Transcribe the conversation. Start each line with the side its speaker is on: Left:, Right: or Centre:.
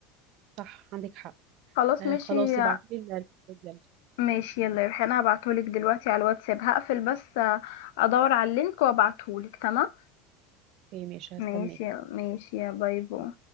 Right: صح عندك حق
Left: خلاص
Right: آه
Left: ماشي
Right: خلاص ابعتي لي الكتاب يلا
Left: ماشي يلا يا ريحان هبعتهولك دلوقتي على الواتساب هقفل بس آه، ادور على اللينك وابعتهولك تمام
Right: اوكي ماشي
Left: ماشي
Right: هستناك
Left: يا- ماشي يا باي باي